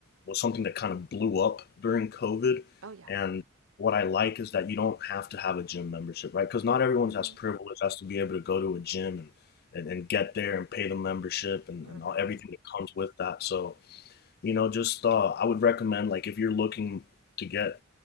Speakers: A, on the left; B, on the right.
A: was something that kind of blew up during COVID.
B: Oh yeah.
A: And what I like is that you don't have to have a gym membership, right? Because not everyone's
B: Mm-hmm.
A: as privileged as to be able to go to a gym and, and, and get there and pay the membership and,
B: Mm-hmm.
A: and all, everything that comes with that. So you know just uh i would recommend like if you're looking to get